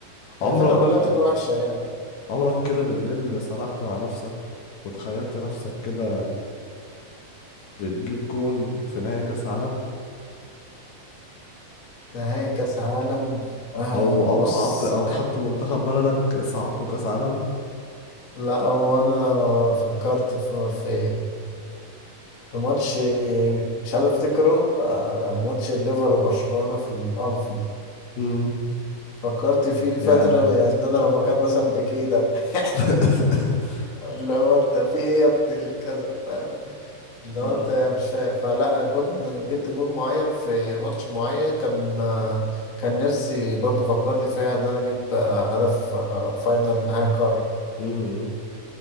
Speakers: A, on the left; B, on the left.
A: عمرك
B: هي الفكره كلها بتبقى وحشه يعني
A: عمرك كده بالليل سرحت مع نفسك وتخيلت نفسك كده بتجيب جون في نهائي كأس عالم
B: نهائي كاس عالم آه
A: او او
B: بص
A: صعدت او خدت منتخب بلدك صعدته كأس عالم
B: لا هو انا فكرت في في في ماتش مش عايز افتكره آه ماتش الليفر وبرشلونه في الانفيلد
A: امم
B: فكرت فيه فتره
A: يا
B: يعني ان انا لو مكان مثلا بكيه ده <laughs>
A: <laughs>
B: اللي هو انت في ايه يا ابن الكذا فاهم اللي هو
A: اه
B: انت يعني مش فاهم فلا جون جبت جون معين في ماتش معين كان كان نفسي برضو فكرت فيها ان انا اجيب آه، هدف فاينل نهائي قارة
A: امم